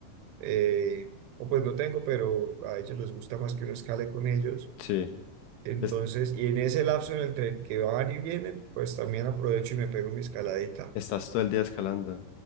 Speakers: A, on the right; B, on the left.
A: eh, o pues no tengo, pero a ellos les gusta más que uno escale con ellos.
B: sí.
A: Entonces,
B: Es-
A: y en ese lapso en el tren que van y vienen, pues también aprovecho y me pego mi escaladita.
B: estás todo el día escalando.